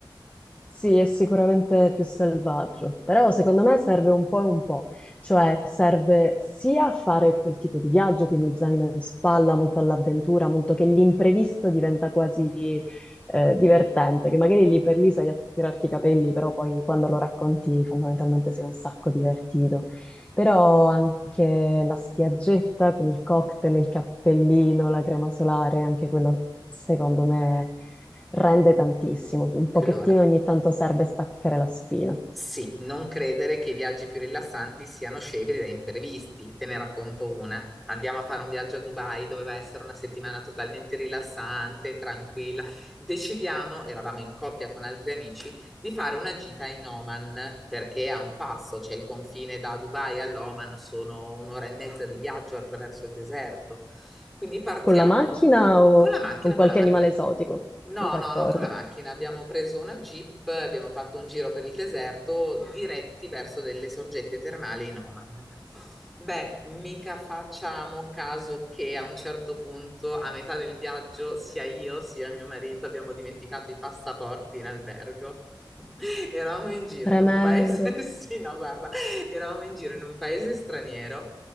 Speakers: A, on the left; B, in the centre.
A: Sì, è sicuramente più selvaggio, però secondo me serve un po' e un po', cioè serve sia a fare quel tipo di viaggio, quindi zaino in spalla, molto all'avventura, molto che l'imprevisto diventa quasi eh, divertente, che magari lì per lì sai a tirarti i capelli, però poi quando lo racconti fondamentalmente sei un sacco divertito. Però anche la spiaggetta con il cocktail, il cappellino, la crema solare, anche quello secondo me rende tantissimo, un pochettino
B: Allora.
A: ogni tanto serve staccare la spina.
B: Sì, non credere che i viaggi più rilassanti siano scevri da imprevisti. Te ne racconto una. Andiamo a fare un viaggio a Dubai, doveva essere una settimana totalmente rilassante, tranquilla. Decidiamo, eravamo in coppia con altri amici, di fare una gita in Oman, perché è a un passo, c'è il confine da Dubai all'Oman, sono un'ora e mezza di viaggio attraverso il deserto. Quindi partiamo.
A: Con la macchina o
B: Con la macchina,
A: con qualche
B: con la macchina.
A: animale esotico?
B: No,
A: D'accordo.
B: no, no, con la macchina abbiamo preso una Jeep, abbiamo fatto un giro per il deserto diretti verso delle sorgenti termali in Oman. Beh, mica facciamo caso che a un certo punto, a metà del viaggio, sia io sia mio marito abbiamo dimenticato i passaporti in albergo. <laughs> Eravamo in giro
A: Tremendo.
B: in un paese, <laughs> sì, no, guarda, eravamo in giro in un paese straniero